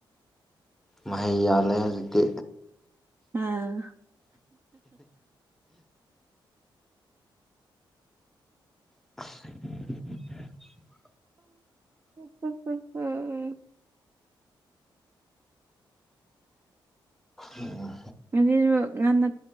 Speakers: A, in the centre; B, on the right.
A: ꯃꯍꯩ ꯌꯥꯜꯂꯦ ꯍꯧꯖꯤꯛꯇꯤ
B: ꯑꯥ
A: <inaudible>
B: ꯎ ꯎꯝ ꯎꯝ
A: ꯎꯝ
B: ꯉꯁꯤꯁꯨ ꯉꯟꯅ